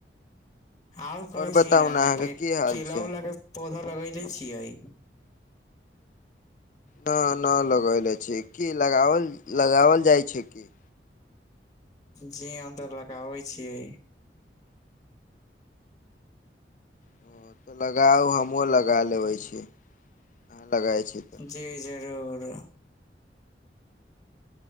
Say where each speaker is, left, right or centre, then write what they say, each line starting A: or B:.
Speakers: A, on the left; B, on the left.
A: और कहे
B: आओर
A: छी
B: बताउ
A: ने अहाँ
B: अहाँके
A: के
B: की हाल
A: केला
B: छै
A: उला के पौधा लगैले छियै?
B: न ना लगैले छी की लगाओल लगाओल जाइ छै की?
A: जी हम तऽ लगाबै छियै।
B: ह तऽ लगाउ हमहुँ लगा लेबै छी अहाॅं लगाई छी त
A: जी जरूर।